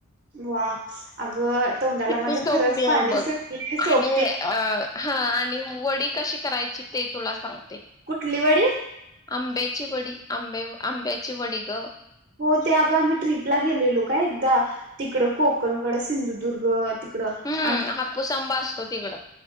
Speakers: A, on the right; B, on the left.
A: वा अगं. तोंडाला
B: किती
A: माझ्या
B: सोपीये
A: खरंच पाणी
B: बघ
A: सुटले सोपते
B: आणि अ हा आणि वडी कशी करायची ते तुला सांगते.
A: कुठली वडी
B: आंब्याची वडी आंब्या आंब्याची वडी गं.
A: हो ते अगं आम्ही ट्रिपला गेलेलो का एकदा तिकड कोकणगड असं सिंधुदुर्ग तिकडं
B: हम्म
A: आणि.
B: हापूस आंबा असतो तिकडं